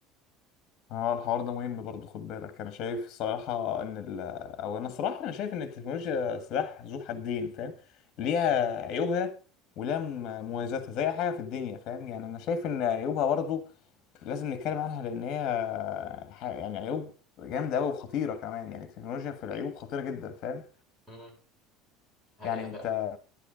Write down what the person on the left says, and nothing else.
اه الحوار ده مهم برضه خد بالك انا شايف الصراحه ان ال... او انا صراحه انا شايف ان التكنولوجيا سلاح ذو حدين فاهم ليها
عيوبها ولها م- مميزاتها زي أي حاجه في الدنيا فاهم يعني انا شايف ان عيوبها برضه لازم نتكلم عنها لان هي ح- يعني عيوب جامده قوي وخطيره كمان يعني التكنولوجيا في العيوب خطيره جدا فاهم
يعني
انت